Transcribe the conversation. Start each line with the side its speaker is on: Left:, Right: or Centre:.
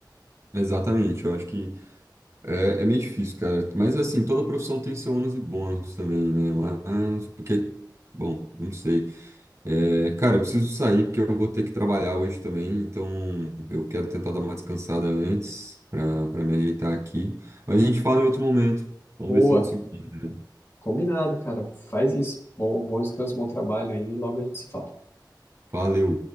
Right: Exatamente, eu acho que é, é meio difícil, cara. Mas assim, toda profissão tem seus ônus e bônus também, né? Mas, porque, bom, não sei. É, cara, eu preciso sair porque eu vou ter que trabalhar hoje também, então eu quero tentar dar uma descansada antes para para me ajeitar aqui. Mas a gente fala em outro momento. Vamos
Left: Boa,
Right: ver se a gente se encontra, né?
Left: combinado, cara. Faz isso. Bom, bom descanso, bom trabalho aí e logo a gente se fala.
Right: Valeu.